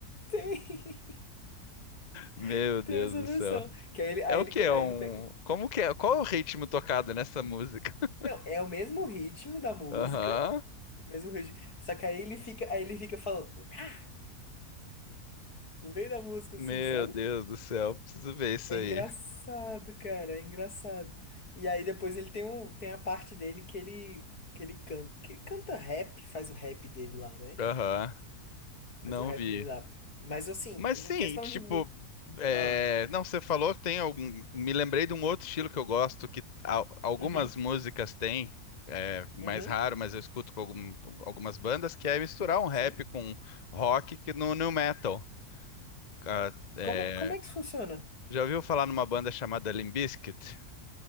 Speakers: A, on the left; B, on the left.
A: Tem,
B: Meu
A: <laughs> tem
B: Deus
A: essa
B: do
A: versão.
B: céu.
A: Que aí ele, aí
B: É o
A: ele,
B: quê?
A: co-
B: É
A: aí
B: um...
A: ele pega...
B: Como que é? Qual é o ritmo tocado nessa música? <laughs>
A: Não, é o mesmo ritmo da música,
B: Aham.
A: Mesmo ritmo. Só que aí ele fica, aí ele fica falando "Ah!" no meio da música,
B: Meu
A: assim, sabe?
B: Deus do céu, preciso ver isso
A: É
B: aí.
A: engraçado, cara, é engraçado. E aí depois ele tem, um, tem a parte dele que ele, que ele canta, que ele canta rap, faz o rap dele lá, né?
B: Aham. Não
A: Faz o rap
B: vi.
A: dele lá. Mas assim,
B: Mas
A: em
B: sim,
A: questão
B: tipo,
A: de música.
B: é,
A: Ah,
B: não, você falou que tem algum. Me lembrei de um outro estilo que eu gosto, que al- algumas
A: uhum,
B: músicas têm, é mais
A: uhum,
B: raro, mas eu escuto com algum- algumas bandas, que é misturar um rap
A: sim.
B: com rock que no new metal. Ah, é,
A: Como é, como é que isso funciona?
B: Já ouviu falar numa banda chamada Limp Bizkit?